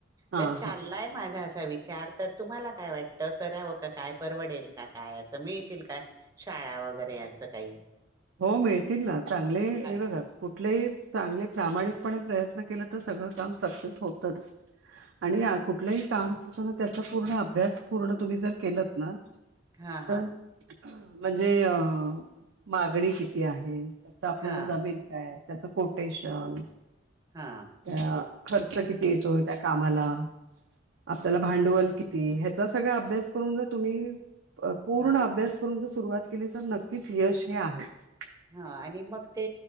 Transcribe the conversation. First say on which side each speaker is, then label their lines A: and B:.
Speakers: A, on the right (about 80°); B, on the right (about 20°).
A: हां,
B: तर चाललाय
A: हां.
B: माझ्या ह विचार तर तुम्हाला काय वाटतं करावं का काय परवडेल का काय असं मिळतील का शाळा वगैरे असं काही.
A: हो मिळतील ना चांगले
B: हा
A: हे बघात. कुठलेही चांगले प्रामाणिकपणे. प्रयत्न केलं तर सगळं काम सक्से होतच आणि कुठलंही काम त्याचा पूर्ण अभ्यास पूर्ण तुम्ही जर केलंत ना.
B: हा हा
A: तर म्हणजे अ मागणी किती आहे. तिथं आपल्याला
B: हा
A: जमेल काय. त्याचं कोटेशन
B: हा
A: अ खर्च किती येतो त्या कामाला आपल्याला भांडवल किती ह्याचा सगळा अभ्यास करून ज तुम्ही पूर्ण
B: हा
A: अभ्यास करूनच सुरुवात केली तर नक्कीच यश हे आहेच
B: हा आणि मग ते